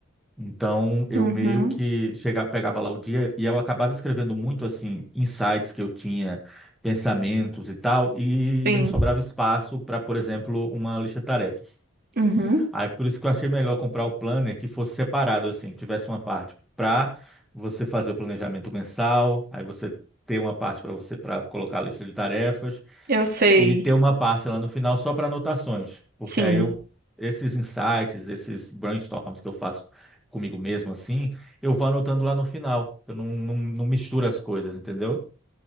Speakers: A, in the centre; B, on the right (about 45°).
A: Então, eu
B: Uhum,
A: meio que chegava, pegava lá o dia e eu acabava escrevendo muito assim, insights que eu tinha, pensamentos e tal, e
B: sim,
A: não sobrava espaço para, por exemplo, uma lista de tarefas.
B: uhum,
A: Aí por isso que eu achei melhor comprar o planner que fosse separado assim, que tivesse uma parte para você fazer o planejamento mensal, aí você ter uma parte para você para colocar a lista de tarefas
B: eu sei,
A: e ter uma parte lá no final só para anotações, porque
B: sim.
A: aí eu, esses insights, esses brainstorms que eu faço comigo mesmo assim, eu vou anotando lá no final. Eu não, não, não misturo as coisas, entendeu?